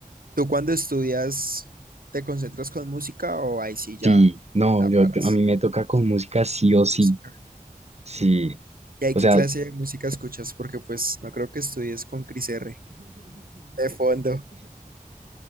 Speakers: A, on the right; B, on the right.
A: tú cuando estudias te concentras con música o ahí sí ya
B: Sí, no,
A: la
B: yo,
A: paras
B: yo- a mí me toca con música sí o
A: con
B: sí.
A: música?
B: Sí.
A: ¿Y ahí
B: O
A: qué
B: sea,
A: clase de música escuchas? Porque pues no creo que estudies con Cris R de fondo.